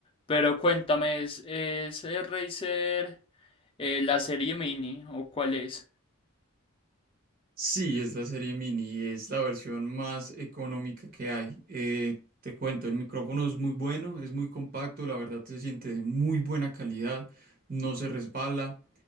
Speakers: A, on the left; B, on the right.
A: Pero cuéntame, ¿es, es el Razer eh, la serie mini o cuál es?
B: Sí, es la serie mini, es la versión más económica que hay. Eh, te cuento, el micrófono es muy bueno, es muy compacto, la verdad se siente de muy buena calidad, no se resbala.